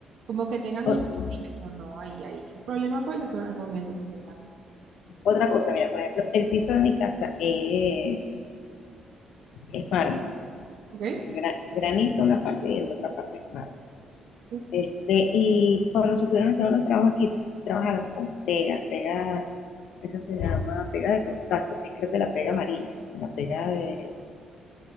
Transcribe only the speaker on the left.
O-
otra cosa, mira, por ejemplo, el piso de mi casa es, es mármol.
Es Gra- granito una parte y en la otra parte es mármol.
Este, y cuando se estuvieron haciendo los trabajos aquí, trabajaron con pegas, pega, esa se llama pega de contacto, que es creo que la pega amarilla, la pega de,